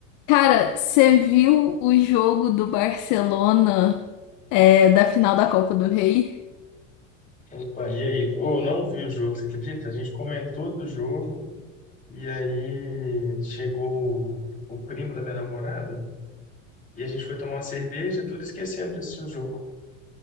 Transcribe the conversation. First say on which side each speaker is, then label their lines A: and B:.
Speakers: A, on the left (about 55°); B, on the left (about 20°).
A: Cara, você viu o jogo do Barcelona, é, da final da Copa do Rei?
B: Opa, e aí? Ou não vi o jogo, você acredita? A gente comentou do jogo e aí chegou o primo da minha namorada e a gente foi tomar uma cerveja, tudo esquecendo de assistir o jogo.